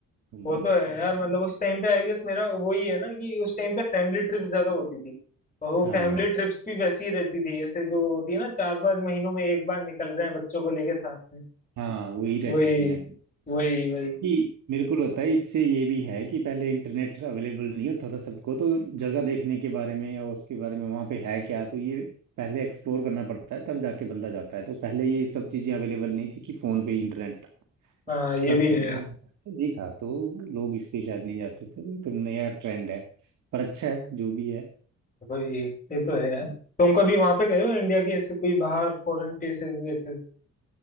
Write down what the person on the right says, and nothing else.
घूमने
हाँ
हाँ वही रहती
थी मैंने
कि मेरे को लगता है इससे ये भी है कि पहले इंटरनेट अवेलेबल नहीं होता था सबको तो जगह देखने के बारे में और उसके बारे में वहाँ पे है क्या तो ये पहले एक्सप्लोर करना पड़ता है तब जाके बंदा जाता है तो पहले ये सब चीज़ें अवेलेबल नहीं थी कि फ़ोन पे ही इंटरनेट था
दस
साल
पहले नहीं था तो लोग इसलिए शायद नहीं जाते थे तो ये तो नया ट्रेंड है पर अच्छा है जो भी है